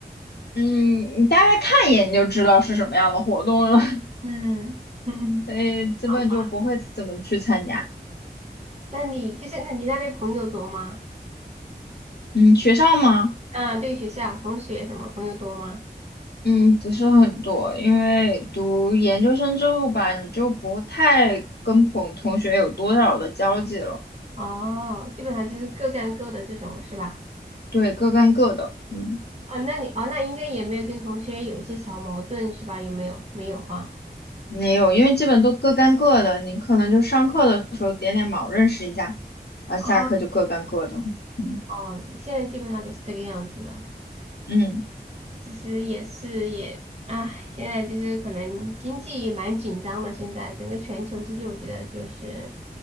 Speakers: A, on the left; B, on the right.
A: 嗯，你大概看一眼你就知道是什么样的活动了，
B: 嗯嗯，
A: <laughs> 所以基本就不会怎么去参加。
B: 好吧。那你就是那你那边朋友多吗？
A: 嗯，学校吗？
B: 啊，对学校同学什么朋友多吗？
A: 嗯，不是很多，因为读研究生之后吧，你就不太跟朋同学有多少的交际了，
B: 哦，基本上就是各干各的这种是吧？
A: 对，各干各的，嗯，
B: 哦，那你哦，那应该也没有跟同学有一些小矛盾是吧？有没有？没有哈。
A: 没有，因为基本都各干各的，你可能就上课的时候点点卯认识一下，然后下课就各干各的，
B: 哦
A: 嗯
B: 哦，现在基本上都是这个样子的。
A: 嗯。
B: 其实也是也，唉，现在就是可能经济也蛮紧张的，现在整个全球经济，我觉得就是